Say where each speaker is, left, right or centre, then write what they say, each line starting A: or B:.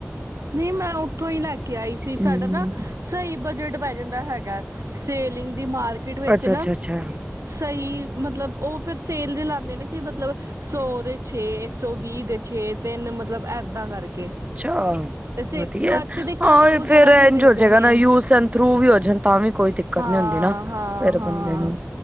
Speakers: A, on the right; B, on the right.
A: ਨਹੀਂ ਮੈਂ ਉੱਥੋਂ ਹੀ ਲੈ ਕੇ ਆਈ ਸੀ
B: ਹੂੰ
A: ਸਾਡਾ ਨਾ ਸਹੀ ਬਜਟ ਪੈ ਜਾਂਦਾ ਹੈਗਾ ਸੇਲਿੰਗ ਦੀ ਮਾਰਕੀਟ ਵਿੱਚ
B: ਅੱਛਾ, ਅੱਛਾ,
A: ਨਾ
B: ਅੱਛਾ,
A: ਸਹੀ ਮਤਲਬ ਉਹ ਫੇਿਰ ਸੇਲ ਦੇ ਲਾਂਦੇ ਨੇ ਕਿ ਮਤਲਬ ਸੌ ਦੇ ਛੇ ਇੱਕ ਸੌ ਵੀਹ ਦੇ ਛੇ ਤਿੰਨਲਬ ਮਤਲਬ ਏਦਾਂ ਕਰਕੇ
B: ਹਾਂ
A: ਤੇ
B: ਵਧੀਆ
A: ਕੱਚ ਦੇ ਕੱਪ
B: ਹਾਂ
A: ਵਗੈਰਾ
B: ਫੇਿਰ
A: ਵੀ
B: ਇੰਝ
A: ਮਿਲਦੇ
B: ਹੋ ਜਾਏਗਾ
A: ਨੇ
B: ਨਾ ਯੂਸ ਥਰੂ ਵੀ ਹੋ ਜਾਂ ਤਾਂ ਵੀ ਕੋਈ ਦਿੱਕਤ
A: ਹਾਂ
B: ਨੀ ਹੁੰਦੀ ਨਾ
A: ਹਾਂ
B: ਫਿਰ
A: ਹਾਂ
B: ਬੰਦੇ ਨੂੰ